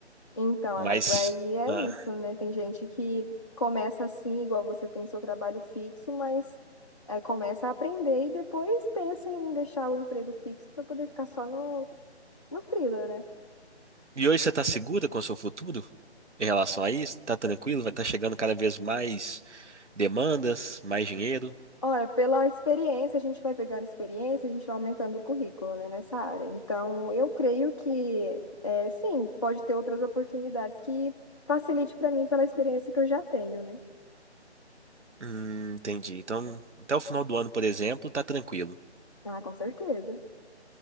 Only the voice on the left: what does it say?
Então,
amigo, aí é
isso, né? Tem gente que começa assim, igual você tem seu trabalho fixo, mas é, começa a aprender e depois pensa em deixar o emprego fixo para poder ficar só no No freela, né?
Olha, pela experiência, a gente vai pegando experiência, a gente vai aumentando o currículo, né, nessa área. Então, eu creio que, é, sim, pode ter outras oportunidades que facilite para mim pela experiência que eu já tenho, né?
Ah, com certeza.